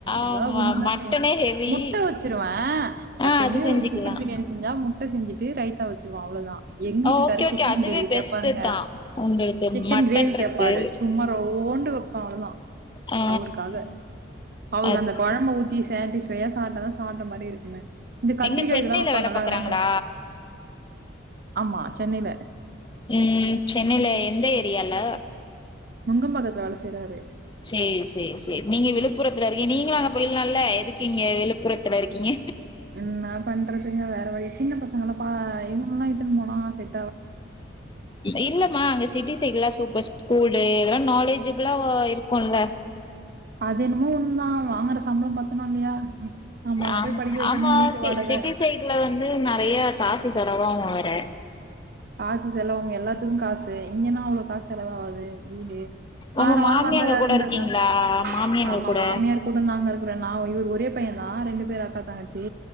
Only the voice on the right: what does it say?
ஏதாவது
ஒன்னுதா
செய்வோ
முட்டை வச்சிருவ
எப்பயுமே
சிக்கன் பிரியாணி செஞ்சா முட் செஞ்சிட்டு ரைத்தா வச்சி திரும்ப அவ்ளோதா எங் வீட்டுக்காரு
சிக்கன்
கிரேவி
கேப்பாருங்க
சிக்கன்
கிரேவி
கேப்பாரு சும்ம ரவோண்டு வப்ப அவ்ளோதா
அவருக்காக அவருக்கு
அந்த கொழம்ப
ஊத்தி சேட்டிஸ் சுவையா சாப்ட்டா தா சாப்ட மாரி இருக்குமே இந்த கத்திரிக்கா
இதெல்லா வப்பாங்கல்ல
அதெல்லா எனக்கு ஆமா சென்னையில
நுங்கம்பாக்கத்துல வேல செய்றாரு
ம் என்ன பண்றதுங்க வேற சின்ன பச பசங்கள ப <unintelligible> எத்துன் போனா சேரி
அது என்னுமோ ஒன் தா வாங்குற சம்பளம் பத்தணு இல்லையா நம்ம அங்க
போய் படிக்க வைக்கணு
வீட்டு வாடக
காசு செலவாவு எல்லாத்துக்கு காசு இங்கன்னா அவ்ளோ காசு செலவாவாது வீடு வார
வாரோ
வந்தறாருன்றுங்க
ஆமா
மாமியார் கூட நாங்க இருக்றே நா இவர் ஒரே பையன் நா ரெண்டு பேர் அக்காத்தங்க ச்சி